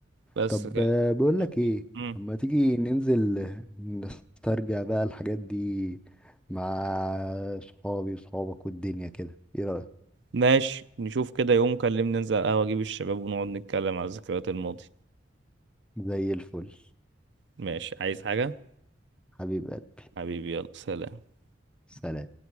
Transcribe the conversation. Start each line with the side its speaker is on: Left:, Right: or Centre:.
Right: بس
Centre: طب
Right: كانت
Centre: آه، بقولك إيه
Right: مم.
Centre: طب ما تيجي ننزل آه، نسترجع بقى الحاجات دي مع صحابي وصحابك والدنيا كده إيه رأيك
Right: ماشي نشوف كده يوم كلمني ننزل على القهوه اجيب الشباب ونقعد نتكلم على ذكريات الماضي
Centre: زي الفل
Right: ماشي عايز حاجه
Centre: حبيب قلبي
Right: حبيبي يلا سلام
Centre: سلام